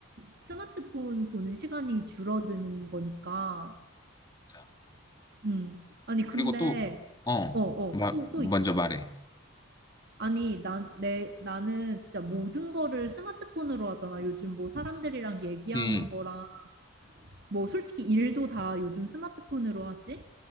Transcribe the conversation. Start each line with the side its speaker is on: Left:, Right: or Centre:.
Right: 스마트폰 보는 시간이 줄어드는 거니까.
Left: 자,
Right: 음. 아니, 근데,
Left: 그리고 또, 어,
Right: 어, 어,
Left: 마,
Right: 또, 또
Left: 먼저
Right: 있어.
Left: 말해.
Right: 아니, 난, 내, 나는 진짜 모든 거를 스마트폰으로 하잖아. 요즘 뭐 사람들이랑 얘기하는
Left: 예,
Right: 거랑, 뭐 솔직히 일도 다 요즘 스마트폰으로 하지?